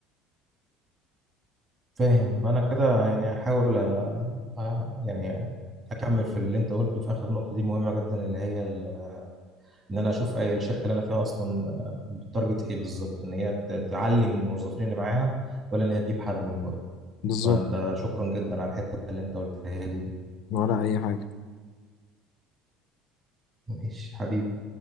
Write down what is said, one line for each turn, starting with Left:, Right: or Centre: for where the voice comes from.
Right: فاهم انا كده يعني هحاول أ- أ- يعني اكمل في اللي انت قلته في اخر نقطة دي مهمة جدا اللي هي ال- ان انا اشوف اي الشركة اللي انا فيها اصلا تارجت ايه بالظبط ان هي ت- تعلي من الموظفين اللي معاها ولا ان هي تجيب حد من بره
Left: بالظبط
Right: فانت شكرا جدا على الحته اللي انت قلتها لي دي
Left: ولا اي حاجة
Right: ماشي حبيبي